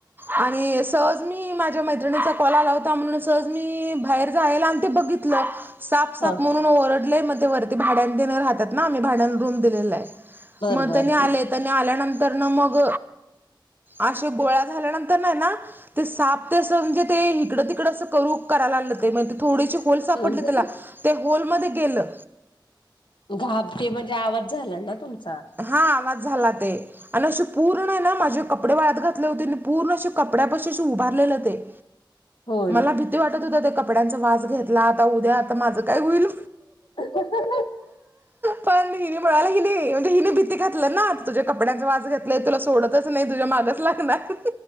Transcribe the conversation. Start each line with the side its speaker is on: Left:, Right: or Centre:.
Right: आणि सहज मी माझ्या मैत्रिणीचा कॉल लावता म्हणून सहज मी बाहेर जायला आणि ते बघित साप साप
Left: हा
Right: म्हणून. म ओरडलेय मग ते वरती भ भाड्यां दे राहतात ना आम्ही भाड्या रूम दिलेला आहे.
Left: बर
Right: मग
Left: बर
Right: तनी आले तनी आल्यानंतर ना मग. अे गोळ्या झाल्यानंतर नाही ना. ते साप ते असं म्हणजे ते इिकडं तिकड असं करू करायला लागलं ते म्ह थोडीशी होल सापडली
Left: हम्म
Right: त्याला ते होलमध्ये गेलं.
Left: घाबते म्हणजे आवाज झाला ना तुमचा.
Right: हा आवाज झाला ते. आणि अस पूर्ण ना, माझे कपडे वाळत घातले होते आणि पूर्ण असे कपड्यापाशी उभारलेले तेऽ
Left: होय.
Right: <inaudible> मला भीती वाटत होत,, ते कपड्यांचा वास घेतला, आता उद्या आता माझं काय होईल.
Left: हहहह
Right: पण तन पळाल क नाही. घातलं ना, आता तुझ्या कपड्यांचा वास घेतलय, तुला सोडतच नाही,, तुझ्या मागच लागणार..